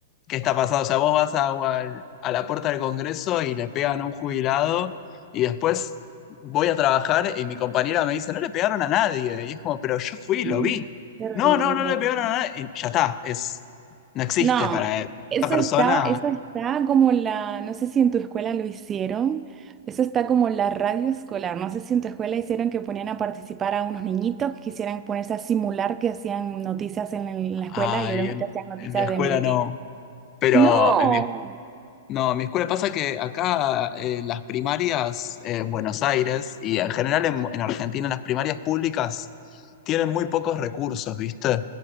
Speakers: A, on the left; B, on the right.
A: ¿Qué está pasando? O sea, vos vas a, a a la puerta del Congreso y le pegan a un jubilado y después voy a trabajar y mi compañera me dice, no le pegaron a nadie. Y es como, pero yo fui,
B: Mm,
A: lo vi.
B: Terrible.
A: No, no, no le pegaron a nadie. Y ya está, es, no existe
B: No,
A: para él.
B: eso
A: Esa persona,
B: está, eso está como la, no sé si en tu escuela lo hicieron, eso está como la radio escolar, no sé si en tu escuela hicieron que ponían a participar a unos niñitos que quisieran ponerse a simular que hacían noticias en, el- la escuela
A: ay,
B: y obviamente
A: en,
B: hacían noticias
A: en mi escuela
B: de mentira.
A: no, pero
B: No,
A: en mi No, mi escuela pasa que acá eh, las primarias en Buenos Aires y en general en, en Argentina las primarias públicas tienen muy pocos recursos, ¿viste?